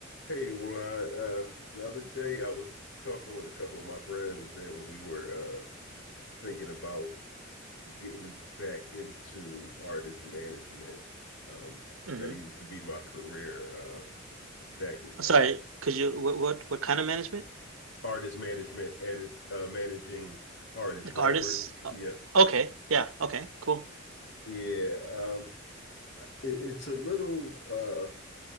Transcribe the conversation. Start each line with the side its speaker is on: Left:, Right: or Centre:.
Left: Hey, Rod. Uh, the other day I was talking with a couple of my friends and we were uh, thinking about getting back into artist management. Um,
Right: hmm
Left: that used to be my career uh, back uh,
Right: Sorry, could you what what what kind of management?
Left: artist management, edit, uh, managing artists,
Right: Like artists?
Left: rappers.
Right: Oh,
Left: Yeah,
Right: Okay, yeah, okay, cool.
Left: yeah. Um, it, it's a little uh,